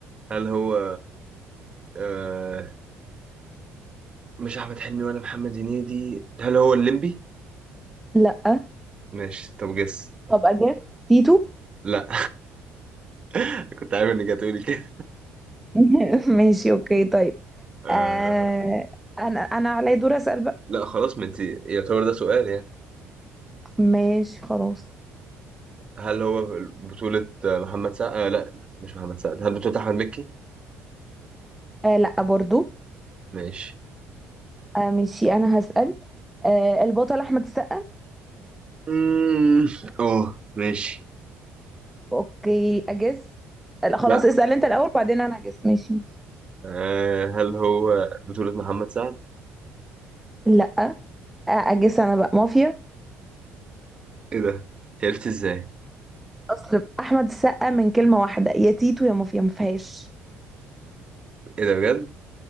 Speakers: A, on the right; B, in the centre.
A: هل هو آه... مش أحمد حلمي ولا محمد هنيدي هل هو الليمبي؟
B: لا
A: ماشي طب جس
B: طب أجس تيتو
A: لا <laughs> كنت عارف انك هتقولي كده
B: <laughs> ماشي اوكي طيب
A: آه...
B: آه انا انا علي دور اسال بقى
A: لا خلاص ما انت يعتبر ده سؤال يعني
B: ماشي خلاص
A: هل هو بطولة محمد سعد آه لا مش محمد سعد هل بطولة أحمد مكي
B: آه لا برضو
A: ماشي
B: آه ماشي انا هسال آه البطل احمد السقا
A: مم، اه ماشي
B: اوكي اجس لا خلاص
A: لا
B: اسال انت الاول بعدين انا اجس ماشي
A: آه هل هو بطولة محمد سعد
B: لا آه اجس انا بقى مافيا
A: ايه ده أنت عرفت ازاي
B: اصل احمد السقا من كلمه واحده يا تيتو يا مافيا ما فيهاش
A: ايه ده بجد